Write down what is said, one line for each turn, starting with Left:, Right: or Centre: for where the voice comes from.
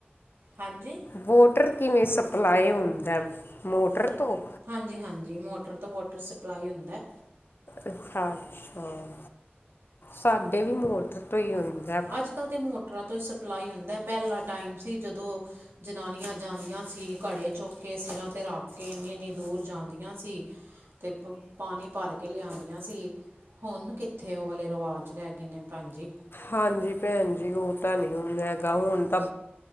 Right: ਹਾਂਜੀ
Left: ਵੋਟਰ ਕੀਵੇਂ ਸਪਲਾਈ ਹੁੰਦੈ ਮੋਟਰ ਤੋ?
Right: ਹਾਂਜੀ-ਹਾਂਜੀ ਮੋਟਰ ਤੋਂ ਵੋਟਰ ਸਪਲਾਈ ਹੁੰਦੈ।
Left: ਅੱਛਾ-ਅੱਛਾ, ਸਾਡੇ ਵੀ ਮੋਟਰ ਤੋਂ ਈ ਹੁੰਦੈ।
Right: ਅੱਜ-ਕੱਲ ਤਾਂ ਮੋਟਰਾਂ ਤੋਂ ਈ ਸਪਲਾਈ ਹੁੰਦਾ, ਪੈਲਾ ਟਾਈਮ ਸੀ ਜਦੋਂ ਜਨਾਨੀਆਂ ਜਾਂਦੀਆਂ ਸੀ, ਘੜੇ ਚੁੱਕ ਕੇ ਸੀਰਾਂ ਤੇ ਰੱਖ ਕੇ ਏਨੀ-ਏਨੀ ਦੂਰ ਜਾਂਦੀਆਂ ਸੀ ਤੇ ਪ ਪਾਣੀ ਭਰ ਕੇ ਲੇਆਦੀਆਂ ਸੀ, ਹੋਨ ਕੀਥੇ ਓ ਵਾਲੇ ਰੀਵਾਜ਼ ਰੈ ਗਏ ਨੇ, ਭੈਣ ਜੀ।
Left: ਹਾਂਜੀ ਭੈਣ ਜੀ ਓ ਤਾਂ ਨੀ ਹੁਨ ਹੈਗਾ ਹੁਨ ਤਾਂ